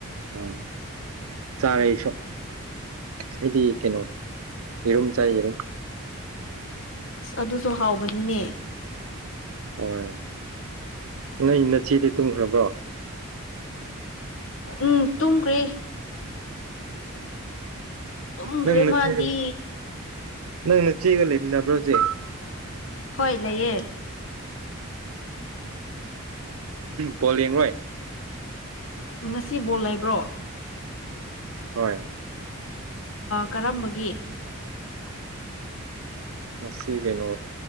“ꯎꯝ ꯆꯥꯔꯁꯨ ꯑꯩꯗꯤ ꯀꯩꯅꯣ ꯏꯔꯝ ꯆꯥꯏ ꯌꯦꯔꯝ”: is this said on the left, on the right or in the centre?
Right